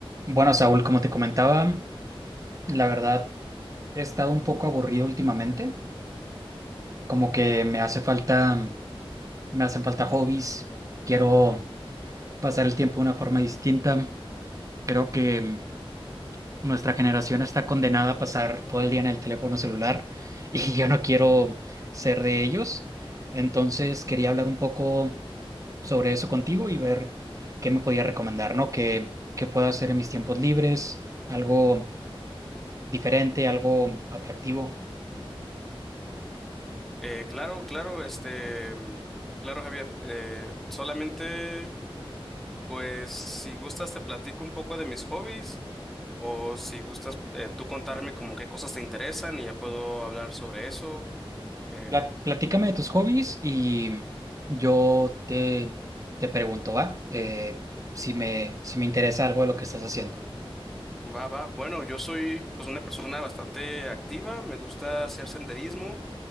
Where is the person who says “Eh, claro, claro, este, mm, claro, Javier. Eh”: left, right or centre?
Centre